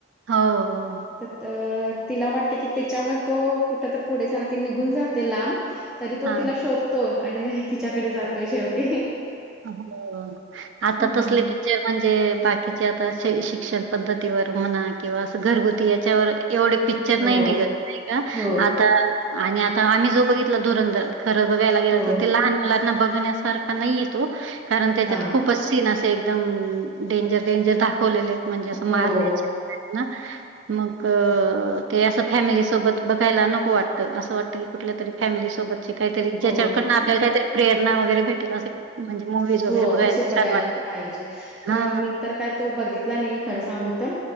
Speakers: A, on the right; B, in the centre.
A: हो, हो.
B: तर तिला वाटते कि त्याच्यामुळे तो कुठ तर पुढे सना ती निघून जाते लांब तरी तो
A: हां.
B: तिला शोधतो आणि तिच्याकडे जातोय शेवट
A: हो. आता
B: हम्म
A: तसले म्हणजे बाकीचे आता शिक्षण पद्धतीवर म्हणा किंवा अस घरगुती याच्यावर एवढे पिक्चर
B: हो.
A: नाही निघत नाही का
B: हो,
A: आता आणि आता आम्ही जो बघितला धुरंधर खरं बघायला गेलं
B: हो,
A: तर ते लहान मुलांना बघण्यासारखा नाहीये. तो. कारण त्याच्यात
B: हां.
A: खूपच सीन असे एकदम डेंजर डेंजर दाखवलेले म्हणजे असं
B: हो.
A: मारण्या ना मग ते असं फॅमिलीसोबत बघायला नको वाटतं असं वाटतं की कुठल्या तरी फॅमिलीसोबत काहीतरी ज्याच्याकडून
B: हो.
A: आपल्याला काहीतरी प्रेरणा वगैरे भेटेल असे म्हणजे मूवीज वगैरे
B: हो तसे बघायला
A: छान वाटत
B: पाहिजे तर
A: हा
B: मी तर काय तो बघित नाही खर सांगू तर